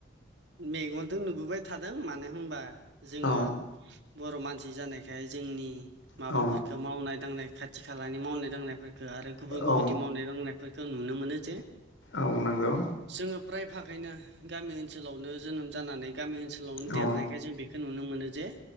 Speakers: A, on the right; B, on the left.
A: मेगनजों नुबोबाय थादों मानो होनबा जोङो
B: औ
A: बर' मानसि जानायखाय जोंनि माबाफोरखौ
B: औ
A: मावनाय दांनाय खाथि खालानि मावनाय दांनायफोर खो आरो गुबुन गुबुनदि
B: औ
A: मावनाय दांनायफोरखौ नुनो मोनो जे
B: औ नंगौ
A: जोङो फ्राय फागैनो गामि ओनसोलावनो जोनोम जानानै गामि ओनसोलावनो देरनायखाय
B: औ
A: जों बेखौ नुनो मोनो जे